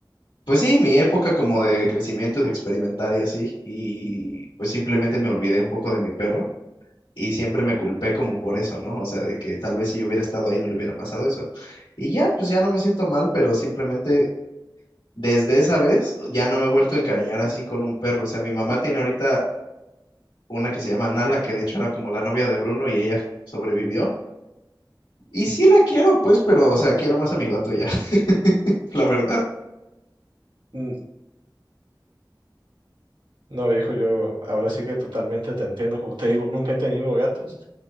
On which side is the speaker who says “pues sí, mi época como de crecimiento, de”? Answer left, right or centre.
Left